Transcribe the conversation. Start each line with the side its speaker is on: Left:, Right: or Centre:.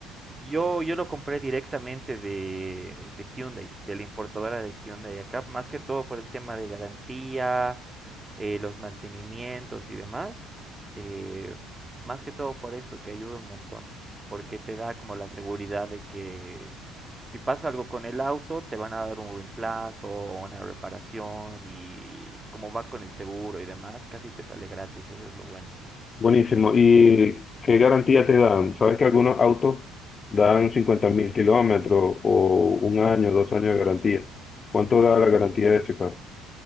Right: Yo, yo lo compré directamente de, de Hyundai, de la importadora de Hyundai acá, más que todo por el tema de garantía, eh, los mantenimientos y demás. eh, más que todo por eso, que ayuda un montón, porque te da como la seguridad de que si pasa algo con el auto, te van a dar un reemplazo o una reparación y como va con el seguro y demás, casi te sale gratis, eso es lo bueno.
Left: Buenísimo. ¿Y qué garantía te dan? ¿Sabes que algunos autos dan 50.000 kilómetros o un año, dos años de garantía? ¿Cuánto da la garantía de ese carro?